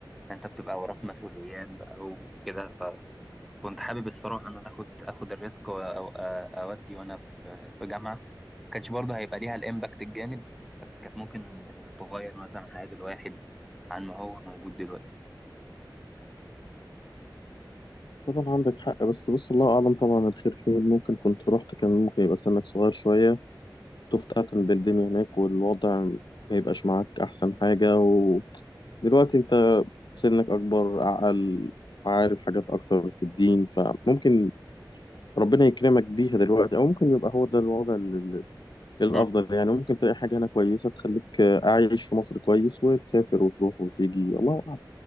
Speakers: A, in the centre; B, on the left.
A: انت بتبقى وراك مسؤوليات بقى وكده فكنت حابب الصراحه ان انا اخد اخد الريسك و- او أ- اودي وانا في في جامعه ما كانش برضه هيبقى ليها الامباكت الجامد بس كانت ممكن تغير مثلا حياه الواحد عن ما هو موجود دلوقتي
B: طبعا عندك حق بس بص الله أعلم طبعا الخير فين ممكن كنت رحت كان ممكن يبقى سنك صغير شوية تفتتن بالدنيا هناك والوضع ما يبقاش معاك أحسن حاجة ودلوقتي أنت سنك أكبر أعقل عارف حاجات أكتر في الدين فممكن ربنا يكرمك بيها دلوقتي أو ممكن يبقى هو ده الوضع ال- ال- الأفضل
A: مم.
B: يعني ممكن تلاقي حاجة هنا كويسة تخليك أعيش في مصر كويس وتسافر وتروح وتيجي الله